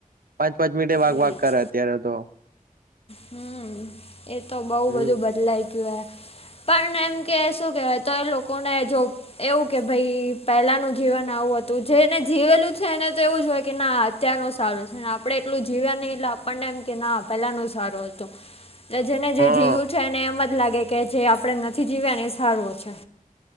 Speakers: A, on the right; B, on the left.
A: પાંચ પાંચ મિટે વાક
B: એ
A: વાક કરે
B: જ
A: અત્યારે તો
B: હમ એ તો બઉુ
A: હમ
B: બધું બદલાય ગયું પણમ એમ કે શું કેહેવાય તો એ લોકોને જોબ એવું કે ભાઈ પહેલાનું જીવન આવું હતું જેને જીવેલું છે એને તો એવું જ હોય કે ના અત્યારનું સારું છે અનેને આપણે એટલું જીવ્યા નહી એટલે આપણને એમ કે ના પેલાનું સાર હત એ જેને જે
A: હા
B: જીવ્યું છે એને એમ જ લાગે કે જે આપડે નથી જીવ્યા ને એ સારું છે.